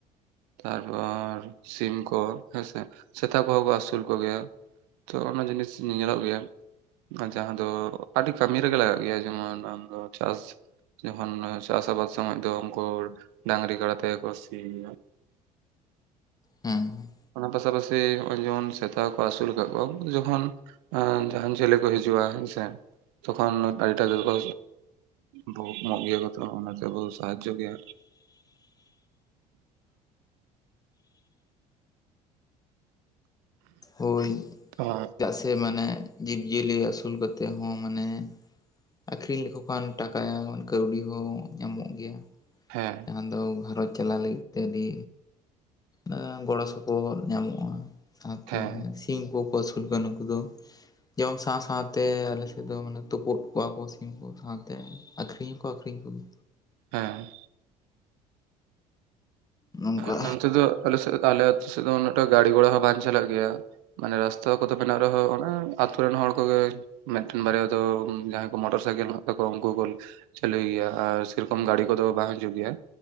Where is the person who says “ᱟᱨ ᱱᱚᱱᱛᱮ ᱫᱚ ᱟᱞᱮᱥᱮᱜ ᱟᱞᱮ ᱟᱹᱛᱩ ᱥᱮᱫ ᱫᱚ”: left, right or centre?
Right